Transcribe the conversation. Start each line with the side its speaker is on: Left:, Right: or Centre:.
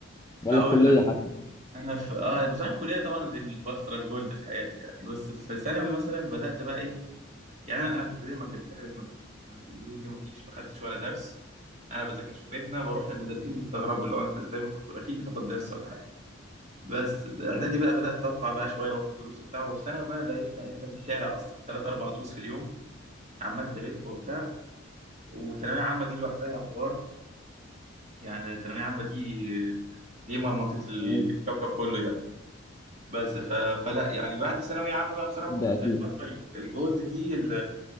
Left: ولا
Right: اقول
Left: الكليه
Right: لك
Left: حتى
Right: انا في اه يعني بصراحه الكليه طبعا دي الفتره الجولد في حياتي يعني بس في ثانوي مثلا بدات بقى ايه يعني انا انا في ابتدائي ما كان في حاجه اسمها دروس ما في دروس دي ما فيش ما خدتش ولا درس انا بذاكر في بيتنا بروح المدرسين بيستغربوا اللي هو انت ازاي ما بتاخد اكيد بتاخد درس ولا حاجه بس اعدادي بقى بدات اطلع بقى شويه واخد دروس وبتاع وفي ثانوي بقى لا لا انت في الشارع اصلا ثلاث اربع دروس في اليوم عمال تلف وبتاع وثانوية عامة دي لوحدها حوار يعني الثانوية عامة دي دي مرمطة الكوكب
Left: أيوة،
Right: كله يعني بس ف... فلا يعني بعد ثانوية عامة بقى بصراحة
Left: ده اكيد
Right: الفترة ال- الجولد دي ال...